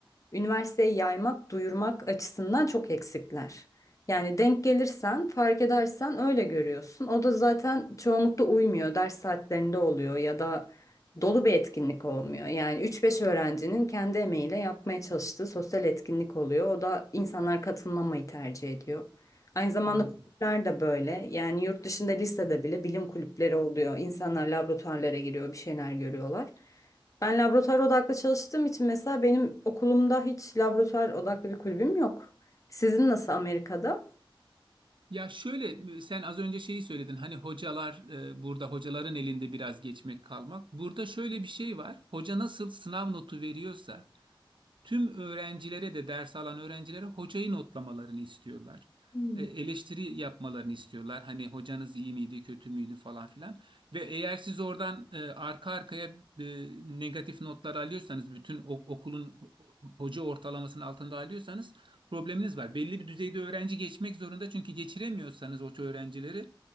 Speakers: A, on the left; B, on the right.
A: üniversiteye yaymak, duyurmak açısından çok eksikler. Yani denk gelirsen, fark edersen öyle görüyorsun. O da zaten çoğunlukla uymuyor. Ders saatlerinde oluyor ya da dolu bir etkinlik olmuyor. Yani üç beş öğrencinin kendi emeğiyle yapmaya çalıştığı sosyal etkinlik oluyor. O da insanlar katılmamayı tercih ediyor. Aynı zamanda
B: Anladım.
A: kulüpler de böyle. Yani yurt dışında lisede bile bilim kulüpleri oluyor. İnsanlar laboratuvarlara giriyor, bir şeyler görüyorlar. Ben laboratuvar odaklı çalıştığım için mesela benim okulumda hiç laboratuvar odaklı bir kulübüm yok. Sizin nasıl Amerika'da?
B: Ya şöyle sen az önce şeyi söyledin hani hocalar e, burada hocaların elinde biraz geçmek kalmak. Burada şöyle bir şey var. Hoca nasıl sınav notu veriyorsa Tüm öğrencilere de ders alan öğrencilere hocayı notlamalarını istiyorlar.
A: Hmm.
B: E, Eleştiri yapmalarını istiyorlar. Hani hocanız iyi miydi, kötü müydü falan filan. Ve eğer siz oradan e, arka arkaya e, negatif notlar alıyorsanız, bütün o- okulun ho- hoca ortalamasının altında alıyorsanız probleminiz var. Belli bir düzeyde öğrenci geçmek zorunda çünkü geçiremiyorsanız o öğrencileri